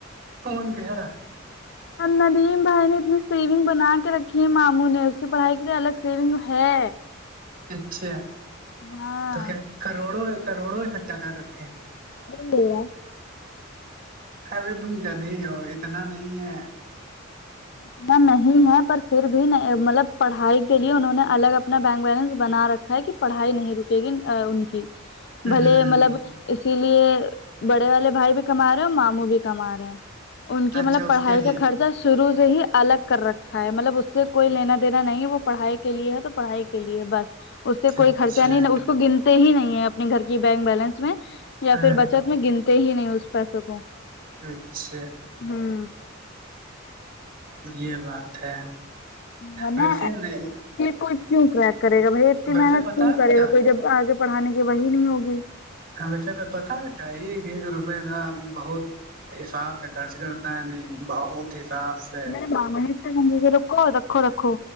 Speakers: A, on the right; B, on the left.
A: کون کہہ رہا
B: ندیم بھائی نے اتنی سیونگ بنا کے رکھی ہے ماموں نے اس کی پڑھائی کے لیے الگ سیونگ ہے
A: اچھا
B: ہاں
A: تو کیا کروڑوں کروڑوں اکٹھا کر رکھے
B: <inaudible>
A: اب تم گدے ہی ہو اتنا نہیں ہے <inaudible>
B: اتنا نہیں ہے پر پھر بھی مطلب پڑھائی کے لیے انہوں نے الگ اپنا بینک بیلنس بنا رکھا ہے کہ پڑھائی نہیں رکے گی ان کی
A: ہ
B: بھلے مطلب اسی لیے بڑے والے بھائی بھی کما رہے ہیں اور ماموں بھی کما رہے ہیں ان کی
A: اچھا
B: مطلب
A: اس
B: پڑھائی
A: کے لیے
B: کا خرچہ شروع سے ہی الگ کر رکھا ہے مطلب اس سے کوئی لینا دینا نہیں وہ پڑھائی کے لیے ہے تو پڑھائی کے لیے بس اس سے
A: اچھا
B: کوئی خرچہ نہیں اس کو گنتے ہی نہیں ہے اپنے گھر کی بینک بیلنس میں یا
A: ہاں
B: پھر بچت میں گنتے ہی نہیں اس پیسے کو
A: اچھا
B: ہوں
A: یہ بات ہے
B: ورنہ
A: ویسے نہیں
B: کوئی کیوں کریک کرے گا بھائی اتنی
A: ویسے
B: محنت
A: پتا
B: کیوں
A: ہے
B: کرے
A: بیٹا
B: گا کوئی جب آگے پڑھانے کی وہی نہیں ہوگی
A: ہمیں پھر پتا ہے ایک ایک روپے کا بہت حساب سے خرچ کرتا ہے نہیں بہت حساب سے
B: ہاں نت گنگ کے رکھو رکھو رکھو